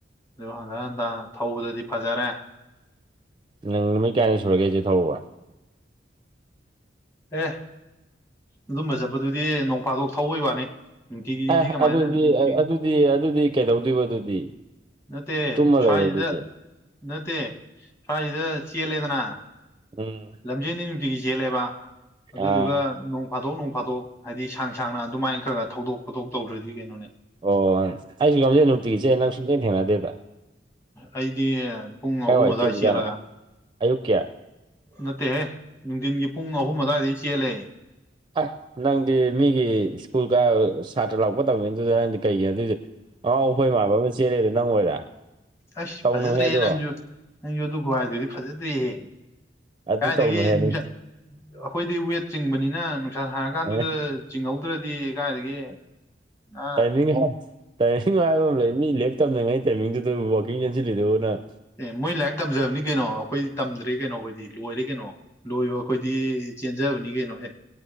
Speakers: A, on the left (about 15°); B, on the right (about 25°).
A: ꯑꯗꯨ ꯍꯟꯒꯥ ꯍꯟꯗ ꯊꯧꯕꯗꯗꯤ ꯐꯖꯔꯦ꯫
B: ꯅꯪ ꯅꯨꯃꯤꯠ ꯀꯌꯥꯅꯤ ꯁꯨꯔꯒꯦ ꯊꯧꯕ꯫
A: ꯑꯦ ꯑꯗꯨꯝꯕ ꯆꯠꯄꯗꯨꯗꯤ ꯅꯣꯡ ꯐꯥꯗꯣꯛ ꯊꯧꯕꯩ ꯋꯥꯅꯤ꯫ ꯅꯨꯡꯇꯤꯒꯤꯗꯤ
B: ꯑꯦ
A: ꯀꯃꯥꯏꯅ
B: ꯑꯗꯨꯗꯤ
A: ꯅꯨꯡꯇꯤꯒꯤ
B: ꯑꯗꯨꯗꯤ ꯑꯗꯨꯗꯤ ꯀꯩꯗꯧꯗꯣꯏꯕ ꯑꯗꯨꯗꯤ
A: ꯅꯠꯇꯦ
B: ꯇꯨꯝꯃ
A: ꯁ꯭ꯋꯥꯏꯁꯤꯗ
B: ꯂꯩꯌꯣ ꯑꯗꯨꯗꯤ
A: ꯅꯠꯇꯦ ꯁ꯭ꯋꯥꯏꯁꯤꯗ ꯆꯦꯜꯂꯦꯗꯅ
B: ꯎꯝ
A: ꯂꯝꯖꯦꯟꯗ ꯅꯨꯡꯇꯤꯒꯤ ꯆꯦꯜꯂꯦꯕ
B: ꯑꯥ
A: ꯑꯗꯨꯗꯨꯒ ꯅꯣꯡ ꯐꯥꯗꯣꯛ ꯅꯣꯡꯐꯥꯗꯣꯛ ꯍꯥꯏꯗꯤ ꯁꯥꯡ ꯁꯥꯡꯅ ꯑꯗꯨꯃꯥꯏꯅ ꯈꯔ ꯈꯔ ꯊꯧꯗꯣꯛ ꯈꯣꯠꯇꯣꯛ ꯇꯧꯗ꯭ꯔꯗꯤ ꯀꯩꯅꯣꯅꯦ
B: ꯑꯣ ꯑꯩꯁꯨ ꯌꯥꯝꯖꯩ ꯅꯨꯡꯇꯤꯒꯤ ꯆꯦꯟꯂꯦ ꯅꯡ ꯁꯨꯡꯊꯦꯡ ꯊꯦꯡꯅꯗꯦꯕ
A: ꯑꯩꯗꯤ ꯄꯨꯡ
B: ꯀꯥꯏꯋꯥꯏ
A: ꯑꯍꯨꯝ ꯑꯗꯨꯋꯥꯏ
B: ꯆꯦꯜꯂꯤꯖꯥꯠꯅꯣ
A: ꯆꯦꯜꯂꯒ
B: ꯑꯌꯨꯛꯀꯤ
A: ꯅꯠꯇꯦꯍꯦ ꯅꯨꯡꯊꯤꯟꯒꯤ ꯄꯨꯡ ꯑꯍꯨꯝ ꯑꯗꯨꯋꯥꯏꯗ ꯆꯦꯜꯂꯦ
B: ꯑ ꯅꯪꯗꯤ ꯃꯤꯒꯤ ꯁ꯭ꯀꯨꯜꯒ ꯁꯥꯇ꯭ꯔ ꯂꯥꯛꯄ ꯇꯝꯃꯤꯗꯨꯗ ꯅꯪꯗꯤ ꯀꯩꯒꯤ ꯑꯗꯨꯏꯗꯤ ꯑꯥꯉꯥꯑꯣ ꯑꯩꯐꯩꯏ ꯃꯥꯟꯕ ꯑꯃ ꯆꯦꯜꯂꯦꯗ ꯅꯪ ꯑꯣꯏꯔꯦ
A: ꯑꯁ
B: ꯇꯧꯅꯨꯍꯦ
A: ꯐꯖꯗ꯭ꯔꯦꯍꯦ
B: ꯑꯗꯣ
A: ꯅꯪꯁꯨ ꯅꯪꯁꯨ ꯑꯗꯨ ꯈꯨꯍꯥꯏꯗꯨꯗꯤ ꯐꯖꯗ꯭ꯔꯦꯍꯦ
B: ꯑꯗꯨ
A: ꯀꯥꯏꯗꯒꯤ
B: ꯇꯧꯅꯨꯍꯦ
A: ꯅꯨꯡꯁꯥ
B: ꯅꯪ
A: ꯑꯩꯈꯣꯏꯗꯤ ꯋꯦꯠ ꯆꯤꯡꯕꯅꯤꯅ ꯅꯨꯡꯁꯥ ꯁꯥꯥꯡꯔꯀꯥꯟꯗꯨꯗ꯫
B: ꯑꯦ
A: ꯆꯤꯡꯍꯧꯗ꯭ꯔꯗꯤ ꯀꯥꯏꯗꯒꯤ꯫ ꯑ
B: ꯇꯥꯏꯃꯤꯡ ꯇꯥꯏꯃꯤꯡ ꯍꯥꯏꯕ ꯑꯃ ꯂꯩ ꯃꯤ ꯂꯦꯛ ꯇꯝꯅꯉꯥꯏ ꯇꯥꯏꯃꯤꯡꯗꯨꯗ ꯋꯥꯛꯀꯤꯡ ꯆꯦꯟꯁꯤꯜꯂꯤꯗꯨꯕꯨ ꯅꯪ꯫
A: ꯑꯦ ꯃꯣꯏ ꯂꯥꯏꯔꯤꯛ ꯇꯝꯖꯕꯅꯤ ꯀꯩꯅꯣ ꯑꯩꯈꯣꯏꯗꯤ ꯇꯝꯗ꯭ꯔꯦ ꯀꯩꯅꯣ ꯑꯣꯏꯣꯏꯗꯤ ꯂꯣꯏꯔꯦ ꯀꯩꯅꯣ꯫ ꯂꯣꯏꯕ ꯑꯩꯈꯣꯏꯗꯤ ꯆꯦꯟꯖꯕꯅꯤ ꯀꯩꯅꯣ ꯑꯦ꯫